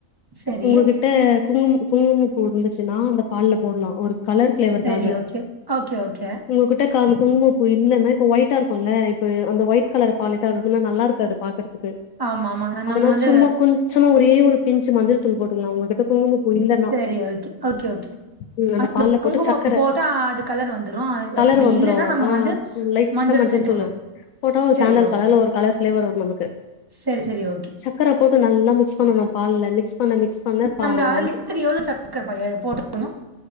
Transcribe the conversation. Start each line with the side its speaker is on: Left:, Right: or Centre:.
Right: சரி
Left: உங்ககிட்ட குங்கும குங்கும பூ இருந்துச்சுன்னா அந்த பால்ல போடலா ஒரு கலர் ப்ளேவர்காக
Right: சரி ஓகே ஓகே ஓகே
Left: உங்க கிட்ட காமிக்கு குங்குமப்பூ இல்லன்ன இப்ப ஒயிட்டா இருக்கும்ல்ல இப்ப அந்த ஒயிட் கலர் பாலிட்டால் அளவுக்கு நல்லாருக்காது பாக் <unintelligible>
Right: ஆமா ஆமா
Left: அதனா
Right: நம்ம வந்து
Left: சும்மா குஞ்சமா ஒரே ஒரு பிஞ்சு மஞ்சள் தூள் போட்டுகலா உங்ககிட்ட குங்குமப்பூ இல்லன்னா
Right: சரி ஓகே ஓகே ஓகே
Left: ம்
Right: அந்த
Left: பால்ல போட்டு
Right: கும்குமம்
Left: சக்கர
Right: போட்டா அது கலர் வந்துரு அது
Left: கலர்
Right: அப்டி
Left: வந்துரு
Right: இல்லன்னா நம்ம
Left: ஆ
Right: வந்து
Left: லைட்டா
Right: மஞ்சள் சேத்துக்கணு
Left: தூளு போட்டா ஒரு
Right: செரி
Left: சாண்டல்
Right: ஓகே
Left: கலர்ல ஒரு கலர் ப்ளேவர் வரு நமக்கு
Right: செரி செரி ஓகே
Left: சக் சக்கர போட்டு நல்லா மிக்ஸ் பண்ணணு பால்ல, மிக்ஸ் பண்ண மிக்ஸ் பண்ண பா
Right: நம்து அர லிட்டருக்கு
Left: அது
Right: எவ்ளோ சர்க்கர பா எ போட்டுக்கணு.